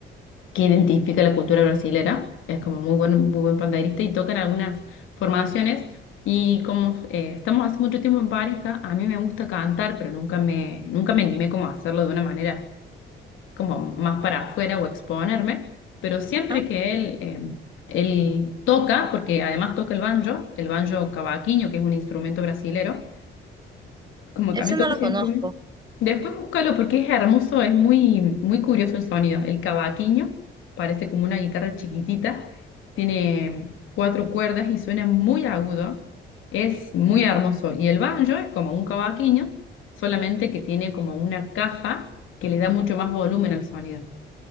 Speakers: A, on the left (about 85°); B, on the right (about 20°).
A: que identifica la cultura brasilera. Es como muy buen, muy buen pandeirista y toca en algunas formaciones. Y como eh, estamos hace mucho tiempo en pareja, a mí me gusta cantar, pero nunca me, nunca me animé como a hacerlo de una manera como más para afuera o exponerme, pero siempre
B: Ajá.
A: que él, eh, él toca, porque además toca el banjo, el banjo cavaquinho, que es un instrumento brasilero, como
B: Ese
A: también toca
B: no lo
A: ese
B: conozco.
A: instrumento, después búscalo porque es hermoso, es muy, muy curioso el sonido. El cavaquinho parece como una guitarra chiquitita, tiene cuatro cuerdas y suena muy agudo, es muy hermoso. Y el banjo es como un cavaquinho, solamente que tiene como una caja que le da mucho más volumen al sonido.